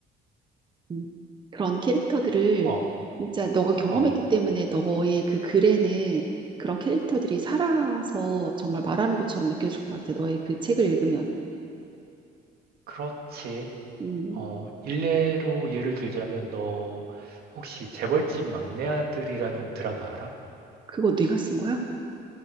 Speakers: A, on the right; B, on the right.
A: 음, 그런 캐릭터들을
B: 어,
A: 진짜 너가 경험했기
B: 어,
A: 때문에 너의 그 글에는 그런 캐릭터들이 살아서 정말 말하는 것처럼 느껴질 것 같아. 너의 그 책을 읽으면.
B: 그렇지.
A: 음,
B: 어, 일례로 예를 들자면 너 혹시 재벌집 막내 아들이라는 드라마 알아?
A: 그거 네가 쓴 거야?